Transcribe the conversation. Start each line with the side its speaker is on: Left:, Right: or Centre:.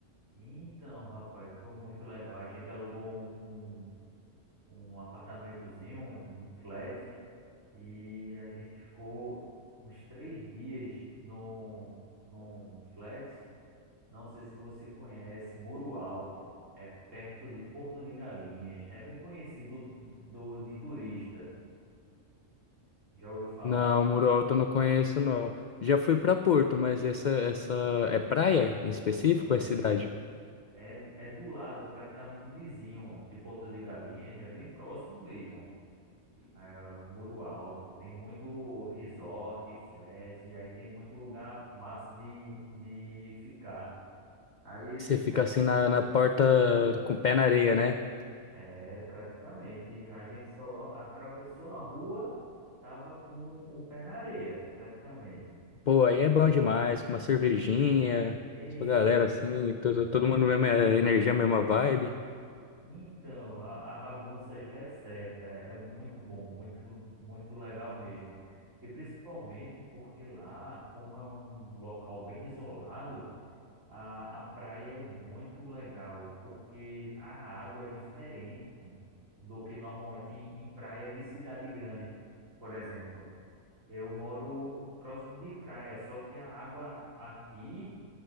Right: então, rapaz, foi muito legal. A gente alugou um, um um apartamentozinho, um, um flat, e a gente ficou uns três dias num, num flat. Não sei se você conhece, Muro Alto. É perto de Porto de Galinhas. É bem conhecido do, de turista. Já ouviu falar?
Left: Não, Muro Alto eu não conheço, não. Já fui pra Porto, mas essa, essa é praia em específico
Right: É,
Left: ou é cidade?
Right: é, é do lado, praticamente vizinho de Porto de Galinhas. É bem próximo mesmo. é o Muro Alto, tem muito resort, flat, e aí tem muito lugar massa de, de ficar. Aí esse
Left: Você fica
Right: flat,
Left: assim na, na porta com o pé na areia, né?
Right: é, praticamente, a gente só atravessou a rua, tava com o pé na areia, praticamente.
Left: Pô, aí é bom demais, com uma cervejinha,
Right: E,
Left: sua galera assim, todo, todo mundo mesma energia, mesma vibe.
Right: então, a, a bagunça já é certa, é é muito bom, muito, muito legal mesmo. E principalmente porque lá, como é um local bem isolado, A, a praia é muito legal, porque a água é diferente, pô, do que normalmente em, em praia de cidade grande. Por exemplo, eu moro próximo de praia, só que a água aqui